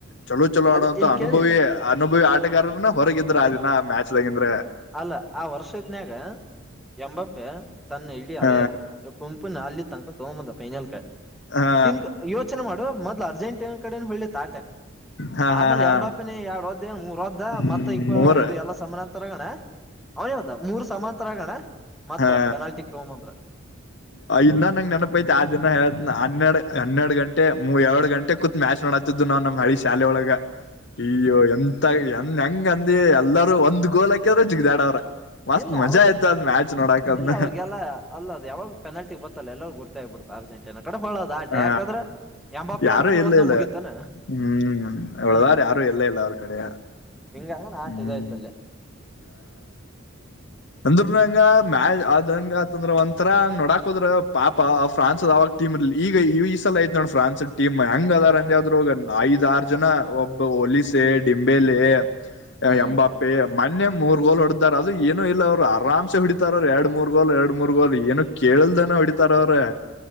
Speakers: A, on the left (about 55°); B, in the centre.
A: ಚಲೋ ಚಲೋ
B: ಅದ
A: ಆಡೋವಂಂತ
B: ಇಲ್
A: ಅನುಭವಿ
B: ಕೇಳಿಲ್ಲ
A: ಅನುಭವಿ ಆಟಗಾರರನ ಹೊರಗಿದ್ರ ಆ ದಿನ ಮ್ಯಾಚ್್ದಾಗಂದ್ರೆ
B: ಅಲ್ಲ ಆ ವರ್ಷ ಇದದನ್ಯಾಗ ಎಂಬಪ್ಪೆ ತನ್ನ ಇಡ
A: ಹ
B: ಅದೇ ಗುಂಪಿನ ಅಲ್ಲಿ ತಕ ತಗಂಬಂದ ಫೈನಲ್
A: ಹಾ
B: ತಿಂಗ ಯೋಚನೆ ಮಾಡುವ ಮ ಅರ್ಜೆಂಟೀನಾ ಕಡೆ ಹೊಳ್ಳಿ ತ ಆಟ
A: ಹಾ
B: ಆಮೇಲೆ
A: ಹಾ ಹಾ
B: ಎಂಬಾಪ್ಪಿನ ಯ ಎರ ಹ ಮೂರ ಅದ್ದ
A: ಹ್ಮ್
B: ಮತ್ತ ಈಕ್
A: ಮೂರ
B: ಇದು ಎಲ್ಲ ಸಮಾನ ಅಂತರಗಣ ಅವಾವದ ಮೂರ್ ಸಮಾನರಗಣ ಮತ್ತತ್
A: ಹಾ
B: ಪೆನಾಲ್ಟಿಗ್ ತಗೊಬಂದ್ರ
A: ಇನ್ನ ನಂಗ್ ನೆನಪ ಐತಿ ಆ ದಿನ ಹನ ಹನ್ನೆಡ್
B: ಹ್ಮ್
A: ಹನ್ನೆರಡ್ ಗಂಟೆ ಮೂ ಎರಡ್ ಗಂಟೆ ಕುತ್ ಮ್ಯಾಚ್ ನೋಡಾತ್ತಿದ್ದು ನಾ್ ನಮ್ ಹಳಿ ಶಾಲೆ ಒಳಗ ಈಯ್ಯೋ ಎ ಎಂದ ಹೆಂಗ ಅಂದ ಎಲ್ಲರೂ ಒಂದ್ ಗೋಲ್ ಹಾಕ್ಯಿದ್ರೆ ಜಿಗ ದಾಡ ಅವ್ರ ಮಸ್ತ್
B: ಇಲ್ಲ
A: ಮಜಾ
B: ಅವಾಗ
A: ಆಯ್ತ ಅದ್ ಮ್ಯಾಚ್ ನೋಡಕದ್ಮ
B: ಇಲ್ಲ ಅವಾಗೆಲ್ಲ ಅಲ್ಲ ಅದು ಯಾವಾಗ ಪೆನಲ್ಟಿ ಗೊತ್ತಲ್ಲ ಎಲ್ಲರೂ ಗುತ ಆಗ್ಬಿಡ್ತ ಅರ್ಜಂಟೀನಾ ಕಡೆೋದು ಆಟ
A: ಹ
B: ಯಕ್ರೆ ಯ ಬಾಪಿ
A: ಯಾರು
B: ಒಬ್ಬನೇ
A: ಇಲ್ಲ
B: ಹೋದ್ನ
A: ಇಲ್ಲ
B: ಮುಗೀಿತಾನ
A: ಹ್ಮ್
B: ಹ್ಮ್
A: ಉಳದವ್ರ ಯಾರು ಇಲ್ಲ ಇಲ್ಲ ಅವ್ರ ಕಡೆ
B: ಹಿಂಗಾರ ಆಟ
A: ಹ್ಮ್
B: ಇದಐ್ತಲ್ಲ
A: ಅಂದ್ರಂಗ ಮ್ಯಾ ಅದಂಗಂದ್ರ ಒಂಥರಂಗ್ ನೋಡಾಕೋದ್ರ ಪಾಪ ಫ್ರಾನ್ಸ್ ಆಾಗ ಟೀಮ ಇಲ್ಲಿ ಈ ಸಲ ಆಯ್ ನೋಡ ಪ್ರೇನ್ಸ್ ಟಮ್ ಹೆಂಗ್ ಹಂಗ ಅದಾರಂದ್ರರು ಐದ ಆಾರ ಜನ ಒಬ್ಬ ಹ ಹೊಲಸ ಡಿಂಬೆಲೆ
B: ಹ್ಮ್
A: ಅಂಬಾಪ್ಪೆ ಮೊೆ ಮೂರ್ ಗೋಲ್ ಹೊಡದಾರ ಅದು ಏನು ಇಲ್ಲ ಅವರು ಆರಾಮ್ೆ ಹೊಡಿತಾರ ಅವರು ಎರಡು ಮೂರ್ ಗೋಲ್ ಎರಡು ಮೂರ್ ಗೋಲ್ ಏನು ಕೇಳ ಹೇಳಲ್ದನ ಹೊಡಿತಾರ ಅವ್ರ